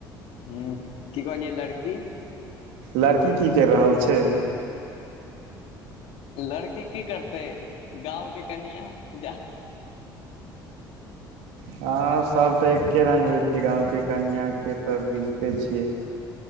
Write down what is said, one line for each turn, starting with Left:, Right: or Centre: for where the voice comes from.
Left: ह कहलियै लड़की की
Right: लड़की की करि रहल छै
Left: लड़की की करतै गाँवके कनिआ जा
Right: ह हँ सभ तऽ एक्के रङ्ग होइ छै गाँवके कनिआँके तऽ बीझिते छियै